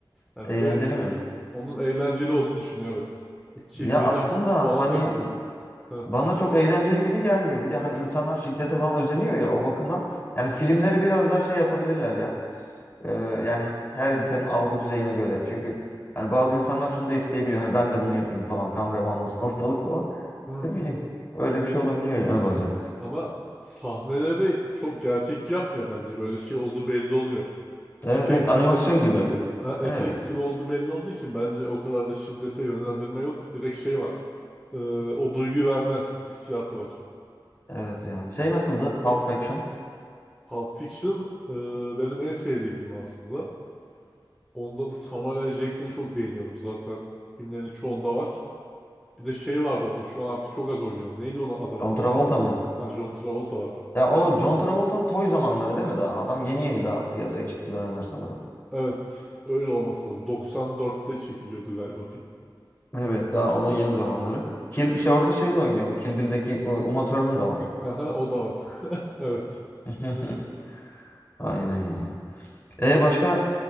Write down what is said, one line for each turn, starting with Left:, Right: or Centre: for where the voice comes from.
Centre: Yani
Left: eğlenceli
Centre: öyle
Left: mi?
Centre: onun eğlenceli olduğunu düşünüyor evet. Bu Kill
Left: Ya
Centre: Bill'de
Left: aslında
Centre: falan
Left: hani
Centre: da Hı,
Left: bana çok eğlenceli gibi gelmiyor. Bir de hani insanlar şiddete falan özeniyor ya o bakımdan. Yani filmleri biraz daha şey yapabilirler ya. Ee, yani her
Centre: hı.
Left: insanın algı düzeyine göre. Çünkü yani bazı insanlar şunu da isteyebiliyor. Hani ben de bunu yapayım falan. Kan revan olsun <laughs> ortalık falan.
Centre: Hı.
Left: Ne bileyim. Öyle bir şey olabiliyor yani bazen.
Centre: Ama sahneleri çok gerçekçi yapmıyor bence. Böyle şey olduğu belli oluyor.
Left: Evet
Centre: Efekt,
Left: evet animasyon
Centre: e-
Left: gibi.
Centre: ha, efekt
Left: Evet.
Centre: gibi olduğu belli olduğu için bence o kadar da şiddete yönlendirme yok. Direkt şey var. Ee, o duyguyu verme hissiyatı var.
Left: Evet ya. Şey nasıldı? Pulp Fiction.
Centre: Pulp Fiction e, benim en sevdiğim film aslında. Onda da Samuel L. Jackson'ı çok beğeniyorum zaten. Filmlerin çoğunda var. Bir de şey vardı orada. Şu an artık çok az oynuyor. Neydi onun adamın
Left: John
Centre: adı?
Left: Travolta mı?
Centre: Ha, John Travolta var.
Left: Ya o John Travolta'nın toy zamanları değil mi daha? Adam yeni yeni daha piyasaya çıktı dönemler sanırım.
Centre: Evet, öyle olması lazım. 94'te çekiliyordu galiba film.
Left: Evet daha onun yeni zamanları. Kill, şey orada şey de oynuyor. Bu Kill Bill'deki e, Uma Thurman da var.
Centre: Haha, o da var. <laughs> Evet.
Left: <laughs> Aynen ya. E başka